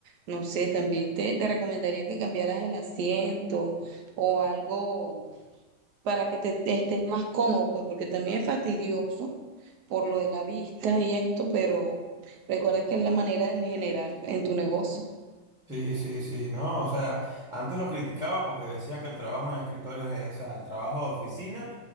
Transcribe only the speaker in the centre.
Sí, sí, sí, no, o sea, antes lo criticaba porque decía que el trabajo en escritorios, es- o sea, el trabajo de oficina